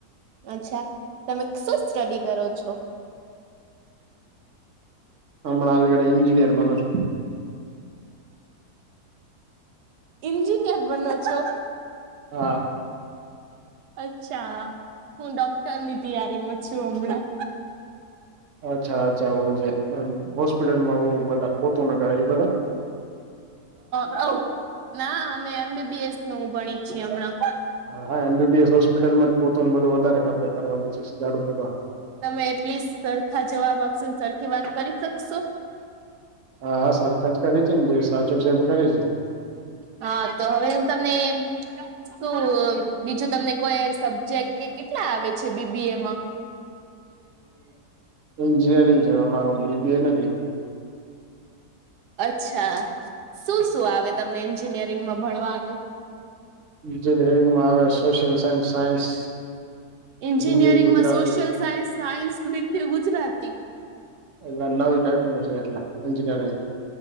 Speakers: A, on the right; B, on the right.
A: અચ્છા, તમે શું સ્ટડી કરો છો?
B: હમણાં લગડ એન્જિનયરનો છો.
A: એન્જિનિયર બન છો?
B: હા.
A: અચ્છા, હું ડોક્ટર ની તૈયારીમાં છું હમણાં.
B: અચ્છા અચ્છા એું હોસ્પિટલમાં બધા પોતું ન કરે એ બધા.
A: હ ના અમે એમ બી બી એસ નું ભણી છીએ હમણાં.
B: હા હા M B B S hospital માં જ પોને બધું વધારે ખપે કરવાની છે જાાડુ પોતા.
A: તમે પ્લીઝ સરખા જવાબ આપશો સરખી વાત કરી શકશો?
B: હા હા સરખંજ કરી છે ને જે સાચું છેબ કરી છે.
A: હા તો હવે હું તમને શું બીજું તમને કોઈ સબ્જેક્ટ કે કેટલા આવે છે બી બી એમાં?
B: હ એન્જિનિયરિંગ છે અમારું બી બી એ ન ક.
A: અચ્છા, શું શું આવે તમને એન્જિનિયરિંગમાં ભણવાનું?
B: જેેરિંગમાં આવે સોશિયલ સાયન્સ સાયન્સ,
A: એન્જિનિયરિંગમાં
B: હિન્દી ગુજરાતી.
A: Social science. હિન્દી ગુજરાતી.
B: એ નવી ટાઈપનું છે એટલે, એન્જિરીંગ.